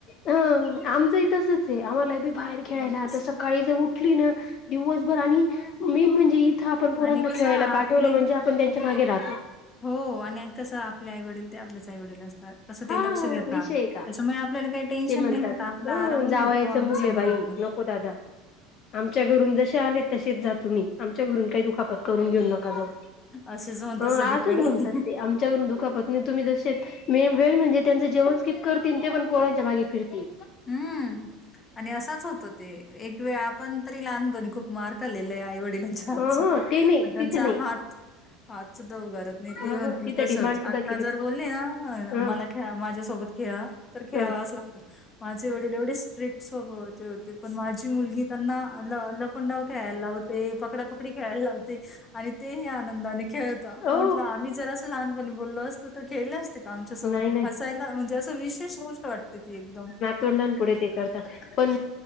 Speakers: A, on the left; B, on the left.
A: हा. आमच ही असचे आहे आम्हाला बी बाहेर खेळायला
B: मग
A: आता
B: कसं
A: सकाळी जर उठली ना दिवसभर आणि मेन म्हणजे इथं आपण पोरांना.
B: आणि कसं
A: खेळायला
B: आपले
A: पाठवलं म्हणजे आपण त्यांच्या मागे राहतो.
B: हो आणि कसं आपले आईवडील ते आपलेच आई वडील अस तसं
A: हा
B: ते लक्ष देता
A: विषय आहे
B: त्याच्यामुळे
A: का
B: आपल्याला काही टेन्शन
A: ते म्हणतात
B: नाही राहत आपला
A: ह
B: आरामही
A: जावयाचं
B: होतो आणि
A: मुल
B: सगळं
A: आहे बाई नको
B: होत.
A: दादा आमच्या घरून जसे आले तसेच जा तुम्ही आमच्या घरून काही दुखापत करून घेऊन नका जाऊ.
B: असेच म्हणतात
A: अ
B: सगळीकडे
A: असंच म्हणत असते आमच्याकडून दुखापत तुम्ही जसे मी वेळ म्हणजे त्यांचं जेवण स्किप करती न ते पण पोरांच्या मागे फिरती.
B: हम्म आणि असच होत ते एक वेळ आपण तरी लहानपणी खूप मार खाल्लेलाय आईवड बेलनचा हातच
A: ह ते नाही
B: पण त्यांचा
A: तिथे नाही
B: हात हात सुद्धा उगारत नाही
A: ह
B: ते म्हणतील
A: ह तिथं
B: तसच
A: डिमांड
B: आत्ता
A: सुद्धा केली
B: जर बोलले ना
A: ह
B: मला खेळा माझ्यासोबत खेळा तर खेळावाच
A: ह
B: लागत माझे वडील एवढे स्ट्रिक स्वभावाचे होते. पण माझी मुलगी त्यांना ल लपंडाव खेळायला लावते पकडापकडी खेळायला लावते आणि तेही आनंदाने खेळता
A: हो
B: म्हटलं आम्ही जर असं लहानपणी बोललो असतो तर खेळले असते का? आमच्यासोबत
A: नाही नाही
B: हसायला म्हणजे असं विशेष गोष्ट वाटते ती एकदम.
A: तोंडांपुढे ते करतात पण